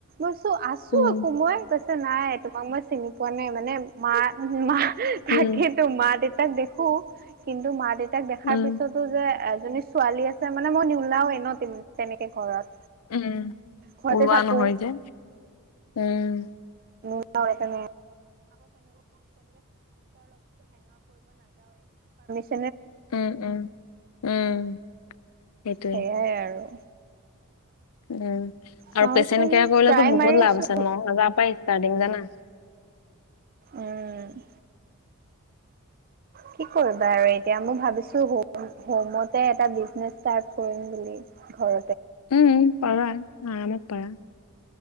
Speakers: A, on the right; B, on the left.
A: আছো আছো
B: উম
A: আকৌ মই কৈছে নাই তোমাক মই চিনি পোৱা নাই মানে মা মা তাকেতো
B: উম
A: মা দেউতাক দেখো কিন্তু মা দেউতাক দেখাৰ
B: উম
A: পিছতো যে এজনী ছোৱালী আছে মানে মই নওলাও এ ন তেনেকে ঘৰত
B: উম
A: ঘৰতে
B: ওলোৱা
A: থাকো
B: নহয় যে উম
A: ন এটা ন <inaudible>
B: উম উম উম সেইটোৱে
A: সেইয়াই আৰু
B: উম
A: চাওচোন
B: আৰু পেচেণ্ট কেয়াৰ কৰিলেতো
A: ট্ৰাই
B: বহুত
A: মাৰি আছো
B: লাভ আছে ন হাজাৰ পৰাই ষ্টাৰ্টিং জানা
A: উম কি কৰিবা আৰু এতিয়া মই ভাবিছো হ হমতে এটা বিজনেচ ষ্টাৰট কৰিম বুলি ঘ
B: উম পাৰা আৰামত পাৰা